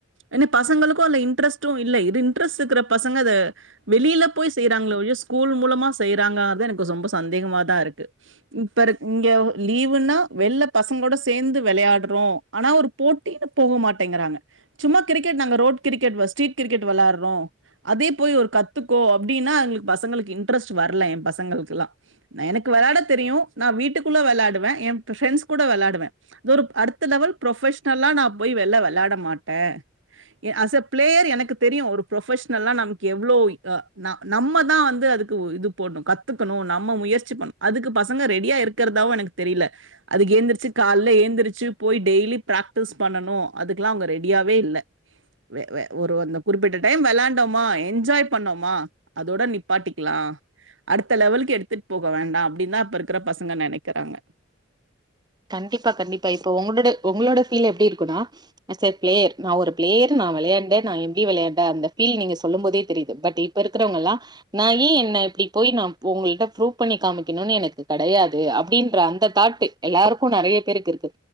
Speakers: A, on the right; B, on the right.
A: ஏன பசங்களுக்கு அதுல இன்ட்ரஸ்ட்டு இல்ல இது இன்ட்ரஸ்ட் இருக்குற பசங்க அத வெளில போய் செய்றாங்ளே ஒழிய ஸ்கூல் மூலமா செய்றாங்களாங்றது எனக்கு ரொம்ப சந்தேகமாதா இருக்கு இப்பருக் இங்க லீவுன்னா வெள்ள பசங்களோட சேந்து வெளயாட்றோ ஆனா ஒரு போட் டின்னு போக மாட்டேங்குறாங்க சும்மா கிரிக்கெட் நாங்க ரோட் கிரிக்கெட் ஸ்ட்ரீட் கிரிக்கெட் வெள்ளாட்றோ அதே போயி ஒரு கத்துக்கோ அப்டின்னா எங் பசங்களுக்கு இன்ட்ரெஸ்ட் வர்ல ஏன் பசங்களுக்குலா ன எனக்கு வெளாட தெரியு நா வீட்டுக்குள்ள வெளாடுவே ஏன் ஃப்ரெண்ட்ஸ் கூட வெளாடுவே அது ஒரு அடுத்த லெவல் ப்ரொஃபஷனல்லா நா போயி வெள்ள வெள்ளாட மாட்டே ஏ அஸ் அ பிளேயர் எனக்கு தெரியு ஒரு ப்ரொஃபஷனல்லா நமக்கு எவ்ளோ இங்க நா நம்ம தா வந்து அதுக்கு இது போட்ணு கத்துக்கணு நம்ம முயற்சி பண்ணு அதுக்கு பசங்க ரெடி டியா இருக்குறதாவு எனக்கு தெரில அதுக்கு ஏந்திரிச்சு கால்ல ஏந்திரிச்சு போயி டெய்லி பிராக்டிஸ் பண்ணனு அதுக்லா அவுங்க ரெடியாவே இல்ல வே வ ஒரு அந்த குறிப்பிட்ட டைம் வெள்ளாண்டோமா என்ஜாய் பண்ணோமா அதோட நிப்பாட்டிக்லா அடுத்த லெவலுக்கு எடுத்துட் போக வேண்டா அப்டின் தா இப்பருக் க்குற பசங்க நெனைக்கறாங்க
B: கண்டிப்பா கண்டிப்பா இப்ப ஒங்கடோட ஒங்களோட ஃபீல் எப்டி இருக்குனா அஸ் அ ப்ளேயர் நா ஒரு ப்ளேயர் நா விளையாண்ட நா எப்புடி விளையாண்ட அந்த ஃபீல் நீங்க சொல்லும் போதே தெரியுது பட் இட் இப்ப இருக்குறவுங்கல்லாம் நா ஏன் என்ன இப்படி போய் நா உங்கள்ட்ட ப்ரூவ் பண்ணி காமிக்கணும்னு எனக்கு கிடையாது அப்படின்ற அந்த தாட்டு எல்லாருக்கும் நிறைய பேருக்கு இருக்கு